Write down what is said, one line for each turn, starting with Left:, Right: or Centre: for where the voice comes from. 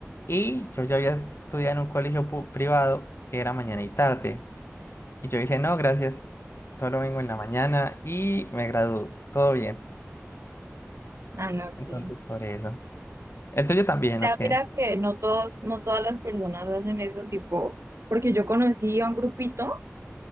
Left: Y yo ya había estudiado en un colegio pu- privado que era mañana y tarde. Y yo dije, no, gracias, solo vengo en la mañana y me gradúo, todo bien.
Right: Ah, no, sí.
Left: Entonces, por eso. ¿El tuyo también,
Right: Mira,
Left: o qué?
Right: mira que no todos, no todas las personas hacen eso, tipo, porque yo conocí a un grupito